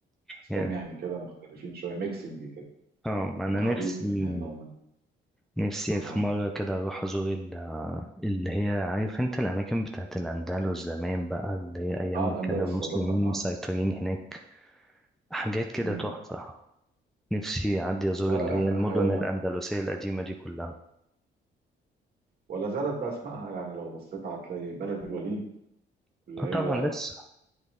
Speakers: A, on the right (about 50°); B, in the centre.
A: تحسهم
B: يعني-
A: يعني كده مختلفين شويه ميكسنج كده
B: اه
A: هم
B: أنا
A: خليط
B: نفسي
A: من هنا ومن
B: نفسي
A: اها
B: في مرة كده أروح أزور ال- اللي هي عارف أنت الأماكن بتاعت الأندلس زمان بقى اللي هي أيام
A: اه الاندلس
B: ما كانوا المسلمين
A: سابقا اه
B: مسيطرين هناك حاجات كده
A: مهم.
B: تحفة نفسي أعدي أزور
A: لا
B: اللي
A: لا
B: هي المدن
A: هي
B: الأندلسية القديمة دي كلها
A: ولا زالت باسمائها يعني لو بصيت هتلاقي بلد الوليد اللي
B: آه
A: هي
B: طبعا لسه